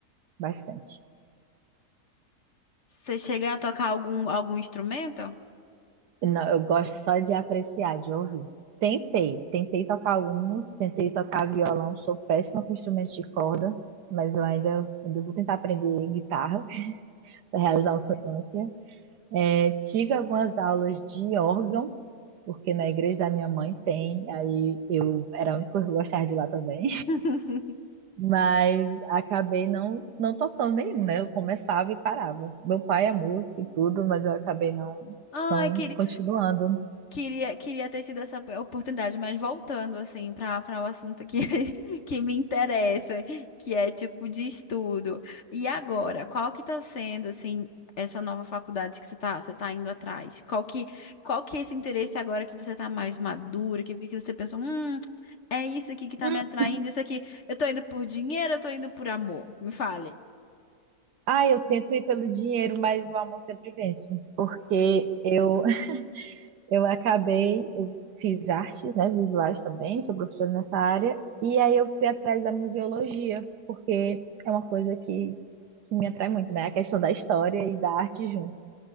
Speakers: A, on the right; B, on the left.
A: bastante.
B: Você chega a tocar algum, algum instrumento?
A: Não, eu gosto só de apreciar, de ouvir. Tentei, tentei tocar alguns, tentei tocar violão, sou péssima com instrumentos de corda, mas eu ainda, ainda vou tentar aprender guitarra <laughs> para realizar uma sonância. É, tive algumas aulas de órgão, porque na igreja da minha mãe tem, aí eu era a única que eu gostava de ir lá também.
B: <laughs>
A: Mas acabei não, não tocando nenhum, né? Eu começava e parava. Meu pai é músico e tudo, mas eu acabei não,
B: Ai,
A: não
B: queria.
A: continuando.
B: Queria, queria ter tido essa oportunidade, mas voltando assim para para o assunto que, <laughs> que me interessa, que é tipo de estudo. E agora, qual que está sendo assim essa nova faculdade que você está você tá indo atrás? Qual que qual que é esse interesse agora que você está mais madura, que, que você pensou, hum, é isso aqui que está
A: Hum.
B: me atraindo, isso aqui, eu tô indo por dinheiro, eu tô indo por amor? Me fale.
A: Ah, eu tento ir pelo dinheiro, mas o amor sempre vence. Porque eu, <laughs> eu acabei, eu fiz artes, né, visuais também, sou professora nessa área, e aí eu fui atrás da museologia, porque é uma coisa que, que me atrai muito, né? A questão da história e da arte junto.